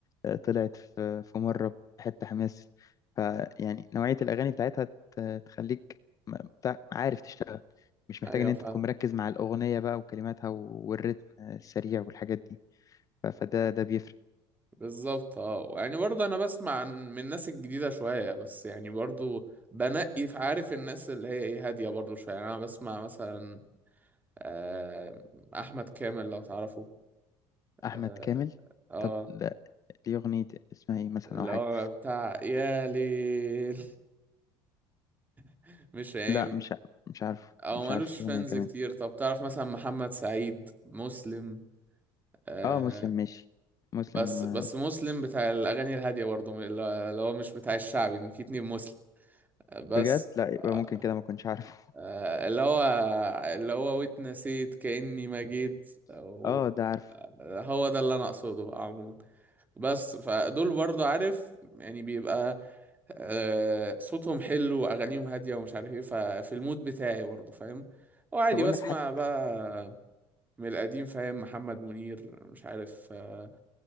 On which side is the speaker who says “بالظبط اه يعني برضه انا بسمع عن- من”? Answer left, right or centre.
Right